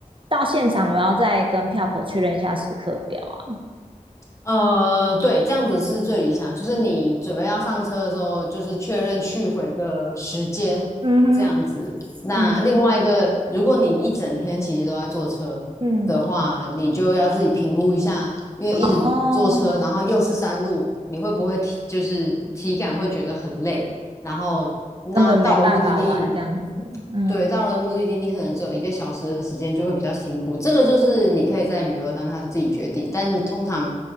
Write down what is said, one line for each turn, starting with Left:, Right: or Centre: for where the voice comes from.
Right: 到现场我要再跟票口确认一下时刻表啊？
Left: 呃，对，这样子是最理想，就是你准备要上车的时候，就是确认去回的时间，
Right: 嗯哼，
Left: 这样子。那另外一个，
Right: 嗯
Left: 如果你一整天其实都在坐车的话，
Right: 嗯
Left: 你就要自己评估一下，因为一直坐车，
Right: 哦，
Left: 然后又是山路，你会不会体就是体感会觉得很累？然后那到了目的地，
Right: 根本没办法玩这样子，嗯，
Left: 对，到了目的地，你可能只有一个小时的时间，就会比较辛苦。这个就是你可以在旅游当下自己决定，但是通常，